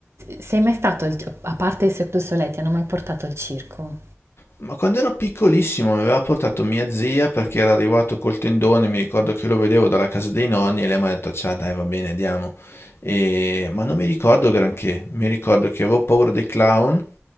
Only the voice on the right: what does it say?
sei mai stato, al- a parte il Cirque du Soleil, ti hanno mai portato al circo?